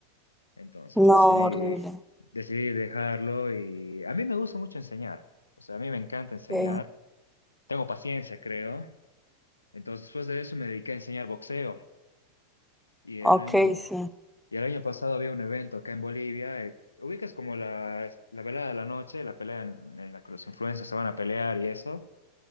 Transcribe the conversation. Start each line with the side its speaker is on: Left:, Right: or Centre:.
Left: Entonces
Centre: No,
Left: decidí,
Centre: horrible.
Left: decidí dejarlo y a mí me gusta mucho enseñar. O sea, a mí me encanta enseñar.
Centre: Okay.
Left: Tengo paciencia, creo. Entonces, después de eso me dediqué a enseñar boxeo. Y el
Centre: Ok,
Left: año,
Centre: sí.
Left: y el año pasado había un evento acá en Bolivia. eh, ubicas como la, la velada de la noche, la pelea en, en la que los influencers se van a pelear y eso.